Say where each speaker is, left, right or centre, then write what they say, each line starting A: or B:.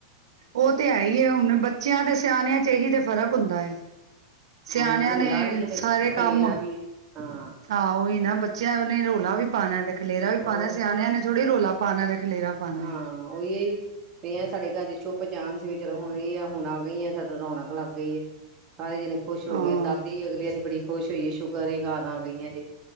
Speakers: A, on the right (about 80°); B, on the right (about 20°).
A: ਉਹ ਤੇ ਹੈ ਈ ਏ ਹੁਣ ਬੱਚਿਆਂ ਦੇ ਸਿਆਣਿਆਂ 'ਚ' ਇਹੀ ਤੇ ਫ਼ਰਕ ਹੁੰਦਾ ਏ। ਸਿਆਣਿਆਂ
B: ਹੁਣ ਰੌਲਾ
A: ਨੇ
B: ਵੀ ਹੈ ਤੇ
A: ਸਾਰੇ
B: ਖਲੇਰਾ
A: ਕੰਮ
B: ਵੀ ਹੈ ਹਾਂ
A: ਆਹ ਉਹੀ ਨਾ ਬੱਚਿਆਂ ਉਹਨੇ ਰੌਲਾ ਵੀ ਪਾਉਣਾ ਤੇ ਖਲੇਰਾ ਵੀ
B: ਹੋਰ
A: ਪਾਣਾ, ਸਿਆਣਿਆਂ ਨੇ ਥੋੜੀ ਰੋਲਾ ਪਾਣਾ ਤੇ ਖਲੇਰਾ ਪਾਉਣਾ
B: ਹਾਂ,
A: ਹੈ।
B: ਉਹੀ। ਤੇ ਸਾਡੇ ਘਰ ਚੁੱਪ ਜਾਣ ਸੀ ਵੀ ਚਲੋ ਹੁਣ ਆ ਹੁਣ ਆ ਗਈ ਐ, ਸਾਨੂੰ ਰੌਣਕ ਲੱਗ ਗਈਏ। ਸਾਰੇ ਜਣੇ ਖੁਸ਼ ਹੋ
A: ਹਾਂ,
B: ਗਏ ਆ ਦਾਦੀ ਅਗਲਿਆਂ ਦੀ ਬੜੀ ਖੁਸ਼ ਹੋਈ ਏ ਸੁਕਰ ਇਹ ਘਰ ਆ ਗਈ ਜੇ,